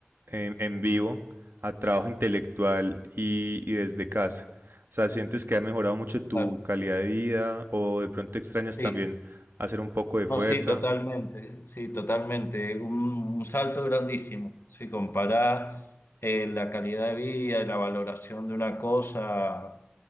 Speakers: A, on the right (about 60°); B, on the left (about 65°).
A: en vivo a trabajo intelectual y, y desde casa? O sea, ¿sientes que ha mejorado mucho tu
B: Claro,
A: calidad de vida o de pronto extrañas
B: sí.
A: también hacer un poco de fuerza?
B: No, sí, totalmente, sí, totalmente. Un, un salto grandísimo. Si comparás eh, la calidad de vida y la valoración de una cosa